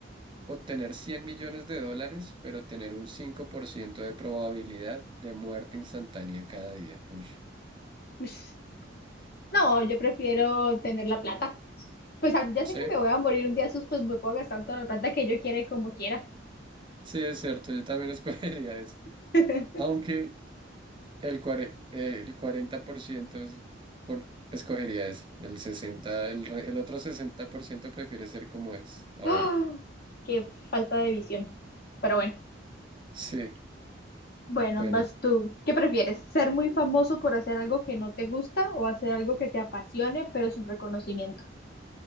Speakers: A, on the right; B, on the left.
A: O tener 100 millones de dólares, pero tener un 5% de probabilidad de muerte instantánea cada día. Uy,
B: Ush. No, yo prefiero tener la plata. Pues al- ya
A: sí,
B: sé que me voy a morir un día, sus, pues me puedo gastar toda la plata que yo quiera y como quiera.
A: sí, es cierto, yo también <laughs> escogería eso.
B: <laughs>
A: Aunque el, cuare- eh, el 40% es por- escogería eso. El sesenta el, re- el otro 60% prefiere ser como es ahora.
B: ¡Ah! Qué falta de visión. Pero bueno.
A: Sí,
B: Bueno,
A: bueno,
B: vas tú. ¿Qué prefieres? ¿Ser muy famoso por hacer algo que no te gusta o hacer algo que te apasione pero sin reconocimiento?